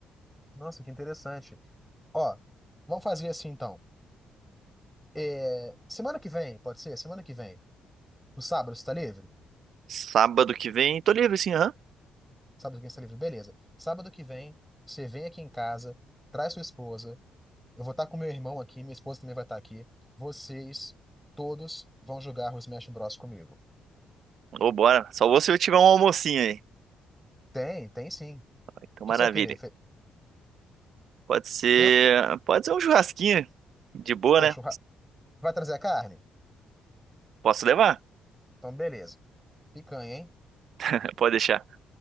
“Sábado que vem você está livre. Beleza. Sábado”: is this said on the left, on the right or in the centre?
Centre